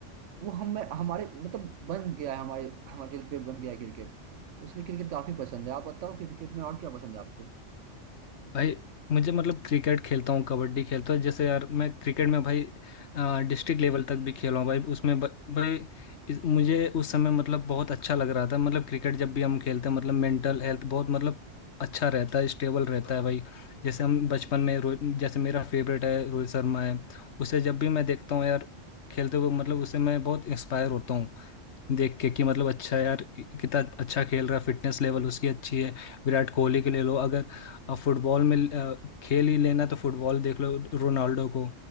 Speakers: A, on the right (about 75°); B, on the left (about 65°).
A: वो हम हमारे मतलब बन गया है हमारे हमारे दिल पे बन गया है क्रिकेट तो इसलिए क्रिकेट काफी पसंद है आप बताओ क्रिकेट में और क्या पसंद है आपको
B: भाई मुझे मतलब क्रिकेट खेलता हूँ कबड्डी खेलता हूँ जैसे यार मैं क्रिकेट में भाई डिस्ट्रिक्ट लेवल तक भी खेला हूँ भाई उसमें ब- भाई इस, मुझे उस समय मतलब बहुत अच्छा लग रहा था मतलब क्रिकेट जब भी हम खेलते हैं मतलब मेंटल हेल्थ बहुत मतलब अच्छा रहता है स्टेबल रहता है भाई जैसे हम बचपन में रोहित जैसे मेरा फेवरेट है रोहित शर्मा है उसे जब भी मैं देखता हूँ यार खेलते हुए मतलब उससे मैं बहुत इंस्पायर होता हूँ देख के कि मतलब अच्छा यार कितना अच्छा खेल रहा है फिटनेस लेवल उसकी अच्छी है विराट कोहली के ले लो अगर फुटबॉल में अ, खेल ही लेना तो फुटबॉल देख लो रोनाल्डो को